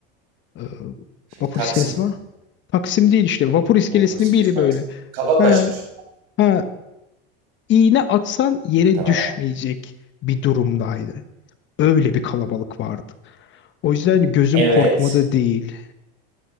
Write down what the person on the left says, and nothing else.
E,
vapur
iskelesi
var. Taksim değil işte. Vapur iskelesinin
biri
böyle.
Ha, ha, iğne atsan yere
düşmeyecek bir durumdaydı. Öyle bir kalabalık vardı. O yüzden gözüm
korkmada değil.